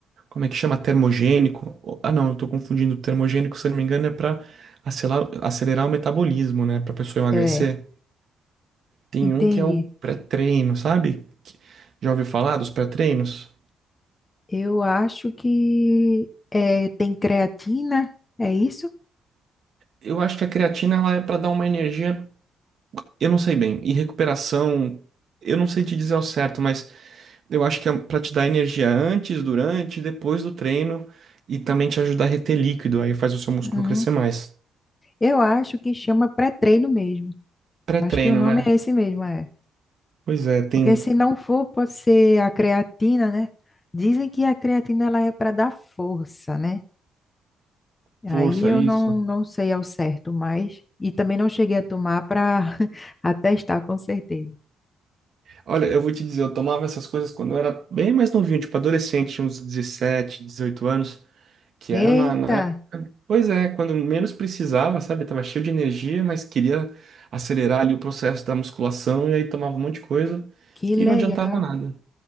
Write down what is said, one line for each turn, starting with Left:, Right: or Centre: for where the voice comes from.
Right: como é que chama? Termogênico. Ou- Ah, não, eu tô confundindo. Termogênico, se eu não me engano, é para acelerar, acelerar o metabolismo, né, para pessoa emagrecer.
Left: É,
Right: Tem
Left: entendi.
Right: um que é o pré-treino, sabe? Que- Já ouviu falar dos pré-treinos?
Left: Eu acho que é, tem creatina, é isso?
Right: Eu acho que a creatina ela é para dar uma energia Eu não sei bem. E recuperação, eu não sei te dizer ao certo, mas eu acho que é para te dar energia antes, durante e depois do treino e também te ajudar a reter líquido, aí faz o seu músculo
Left: Uhum.
Right: crescer mais.
Left: Eu acho que chama pré-treino mesmo.
Right: Pré-treino,
Left: Acho que o nome
Right: né?
Left: é esse mesmo, é.
Right: Pois é, tem
Left: Porque se não for, pode ser a creatina, né? Dizem que a creatina ela é para dar força, né?
Right: força
Left: Aí eu
Right: isso.
Left: não, não sei ao certo, mas e também não cheguei a tomar para <laughs> atestar com certeza.
Right: Olha, eu vou te dizer, eu tomava essas coisas quando eu era bem mais novinho, tipo adolescente, tinha uns 17, 18 anos, que era
Left: Eita,
Right: na, na Pois é, quando menos precisava, sabe? Tava cheio de energia, mas queria acelerar ali o processo da musculação e aí tomava um monte de coisa
Left: que legal.
Right: e não adiantava nada.